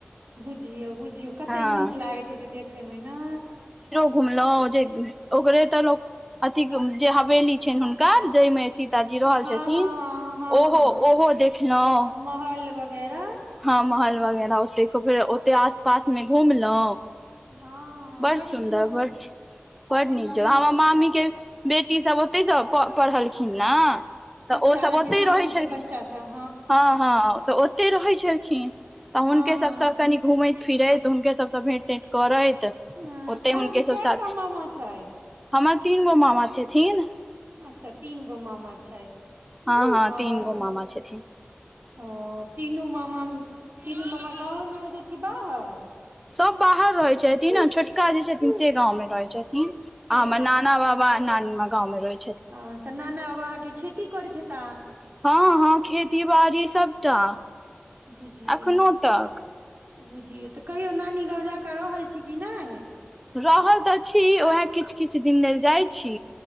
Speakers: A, on the right (about 50°); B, in the centre.
A: बुझियौ बुझियौ कते
B: हँ
A: नीक लागैत हैतय देखेमे ने
B: घुमलों जे ओकरे तऽ लोग अथिक जे हवेली छइ हुनकर जहिमे सीताजी रहल
A: हँ
B: छथिन
A: हँ हँ हँ
B: ओहो
A: हँ
B: देखलहुँ
A: महल वगैरह
B: हँ महल वगैरह ओतेक ओते आस पास मे घुमलउं
A: हँ हँ
B: बड़
A: बड
B: सुन्दर
A: नीक ल-
B: बड़
A: हूँ
B: नीक जगह आ हमर मामी के बेटी सब ओतैसँ पढ़लखिन ने तऽ
A: अच्छा
B: ओसभ
A: अहाँके
B: ओतहि
A: मामी
B: रहै
A: के
B: छलखिन
A: बच्चा सब
B: हँ हँ तऽ ओ ते रहै छलखिन तऽ हुनके
A: हँ हँ
B: सबसँ कनि घूमैत फिरैत हुनके सबसँ भेंट तेंट करैत तअ
A: हँ
B: ओते
A: तऽ अहाँके
B: हुनके
A: कए
B: सब साथ
A: टा मामा छथि
B: हमर तीन गो मामा छथिन
A: अच्छा तीन गो मामा छथि
B: हँ हँ
A: आर
B: तीन गो मामा छथिन
A: ओ तीनू मामा तीनू मामा गाँव मे रहै छैथ कि बाहर
B: सब बाहर रहैत छथिन ह छोटका जे छथिन से गाँव मे रहै छथिन
A: से
B: आ हमर नाना बाबा नानी मां गाँवमे रहै छै
A: आ तऽ नाना बाबा अहाँके खेती करैत हेता
B: हँ हँ खेती बाड़ी सबटा
A: बुझियौ
B: अखनो तक
A: बुझियौ तऽ कहियो नानी गाँव जा कऽ रहल छी की नहि
B: रहल तऽ छी उएह किछु किछु दिन लेल जाइत छी